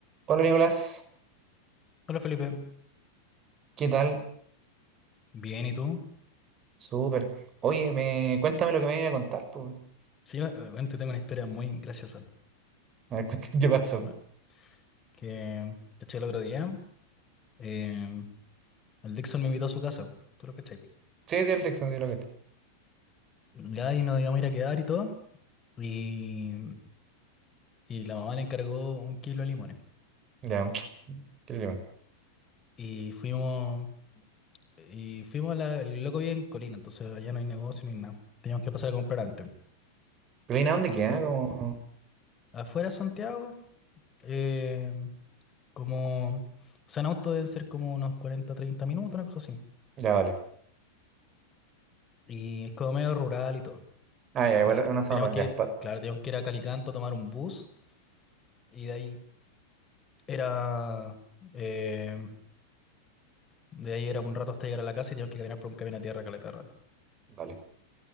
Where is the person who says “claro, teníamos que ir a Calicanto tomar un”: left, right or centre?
Left